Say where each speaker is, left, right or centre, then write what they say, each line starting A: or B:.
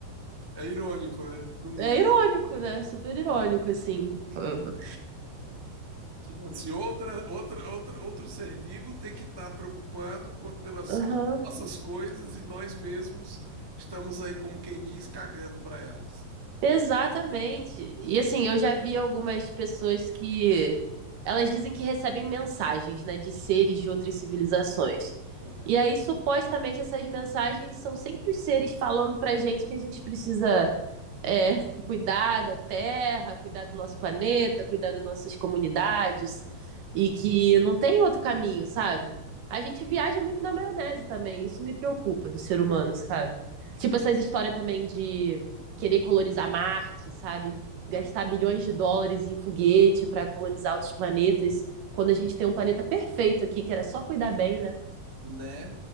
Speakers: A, on the right (about 20°); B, on the right (about 65°).
A: é irônico, né? No mínimo.
B: É irônico, né? Super irônico, assim. <laughs>
A: Tipo assim, outra, outra, outra, outro ser vivo tem que estar preocupado por, pelas
B: Aham.
A: nossas coisas e nós mesmos estamos aí, como quem diz, cagando para elas,
B: Exatamente. E assim, eu já vi algumas pessoas que elas dizem que recebem mensagens, né, de seres de outras civilizações.
A: Aham,
B: E aí, supostamente, essas mensagens são sempre os seres falando pra gente que a gente precisa é, <laughs> cuidar da Terra, cuidar do nosso planeta, cuidar das nossas comunidades, e que não tem outro caminho, sabe? A gente viaja muito na maionese também, isso me preocupa do ser humano, sabe? Tipo, essas histórias também de querer colonizar Marte, sabe? Gastar
A: é.
B: bilhões de dólares em foguete para colonizar outros planetas, quando a gente tem um planeta perfeito aqui, que era só cuidar bem, né?
A: né?